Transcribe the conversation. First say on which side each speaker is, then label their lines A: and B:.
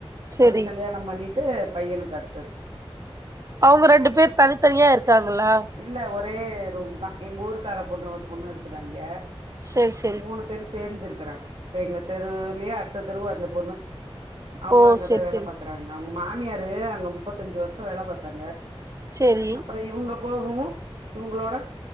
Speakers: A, on the right; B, on the right.
A: செரி
B: அதுக்கு கல்யாணம் பண்ணிட்டு ட்டு பையனுக்கு அடுத்தது
A: அவங்க ரெண்டு பேர் தனித்தனியா இருக்காங்களா
B: இல்ல ஒரே ரூம் தான் எங்க ஊருக்கார பொண்ணு ஒரு பொண்ணு இருக்குது அங்க
A: சேரி சேரி
B: மூணு பேரு சேர்ந்து இருக்கிறாங்க இப்ப எங்க தெருவுலயே அடுத்த தெருவு வந்த பொண்ணு அவங்களாம்
A: ஓ
B: அங்கதான்
A: செரி
B: வேலை
A: செரி
B: பார்கறாங்க அவங்க மாமியாரு அங்க முப்பத்தஞ்சு வருஷம் வேலை பார்த்தாங்க
A: செரி
B: அப்புறம் இவங்க போகவும் இவங்களோட